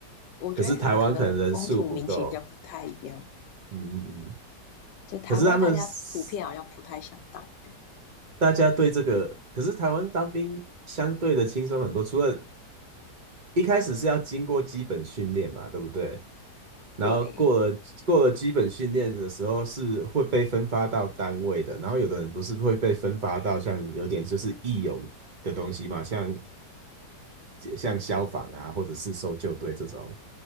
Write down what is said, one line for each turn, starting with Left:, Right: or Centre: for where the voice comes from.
Left: 我觉得好像可能风土民情比较不太一样，
Right: 可是台湾可能人数不够，嗯嗯嗯。
Left: 就台湾大家普遍好像不太想当兵，
Right: 可是他们是大家对这个，可是台湾当兵相对的轻松很多，除了一开始是要经过基本训练嘛，对不对？然后过了过了基本训练的时候是会被分发到单位的，
Left: 对，
Right: 然后有的人不是会被分发到像有点就是义勇的东西嘛，像像消防啊，或者是搜救队这种，